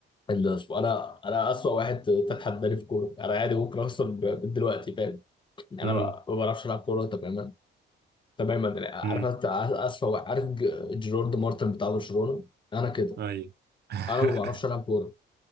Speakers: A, on the left; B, on the right.
A: الأسبوع. انا انا اسوأ واحد تتحداني في كوره انا عادي ممكن اخسر ب- من دلوقتي فاهم يعني
B: امم
A: انا ما ما بعرفش العب كوره تماما تماما يعني عارف
B: امم
A: أنت اسوأ واحد عارف ج- جيرارد مارتن بتاع برشلونه انا كده
B: أيوة <laughs>
A: انا ما بعرفش العب كوره